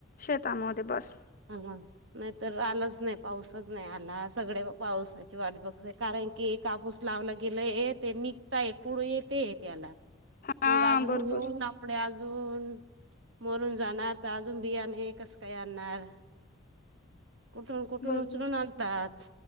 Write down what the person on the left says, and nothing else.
शेतामध्ये बस
हा
बरोबर
बरोबर